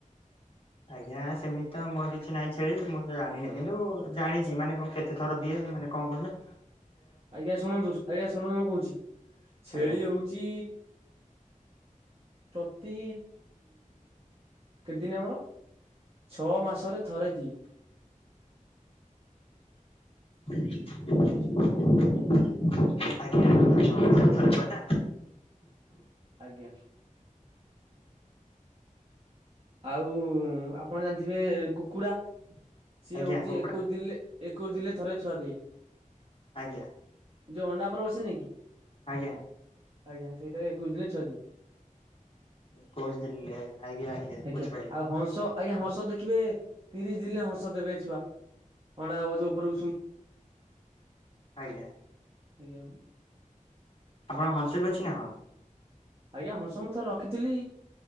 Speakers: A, on the left; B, on the right.
A: ଆଜ୍ଞା ସେମିତି ତ ମୋର କିଛି ନାହିଁ ଛେଳି ମୁଁ ତ ଜାଣିନି, କିନ୍ତୁ ଜାଣିଛି ମାନେ କଣ କେ ତେ ଥର ଦିଏ ଏ ମାନେ କଣ କହିଲେ?
B: ଆଜ୍ଞା ଶୁଣନ୍ତୁ ଆଜ୍ଞା ଶୁଣନ୍ତୁ ମୁଁ କହୁଚି, ଛେଳି
A: ଆଜ୍ଞା
B: ହଉଚି ପ୍ରତି କେତେଦିନ ଆମର? ଛଅ ମାସରେ ଥରେ ଦିଏ।
A: ଆଜ୍ଞା ଛଅ ମାସରେ ଥରେ ହୁଏ ନା?
B: ଆଜ୍ଞା। ଆଉ ଆପଣ ଜାଣିଥିବେ କୁକୁଡ଼ା ସିଏ
A: ଆଜ୍ଞା
B: ହଉଚି
A: କୁକୁଡା
B: ଏକୋଇଶ ଦିନରେ ଏକୋଇଶ ଦିନରେ ଥରେ ଛୁଆ ଦିଏ।
A: ଆଜ୍ଞା।
B: ଯୋଉ ଅଣ୍ଡା ଉପରେ ବସିନିକି,
A: ଆଜ୍ଞା।
B: ଆଜ୍ଞା ସେଇଟା ରେ ଏକୋଇଶ ଦିନରେ ଛୁଆ ଦିଏ।
A: ଏକୋଉଶ ଦିନ ରେ ଆଜ୍ଞା ଆଜ୍ଞା।
B: ଆଜ୍ଞା
A: ବୁଝିପାରିଲି
B: ଆଉ ହଂସ ଆଜ୍ଞା ହଂସ ଦେଖିବେ ତିରିଶ ଦିନରେ ହଂସ ଦେବେ ଛୁଆ। ଅଣ୍ଡା ହବ ଯୋଉ ଉପରେ ଉଷୁମ
A: ଆଜ୍ଞା।
B: ଆଜ୍ଞା ଆଉ।
A: ଆପଣ ହଂସ ବି ଅଛି ନା କଣ?
B: ଆଜ୍ଞା ହଂସ ମୁଁ ଥରେ ରଖିଥିଲି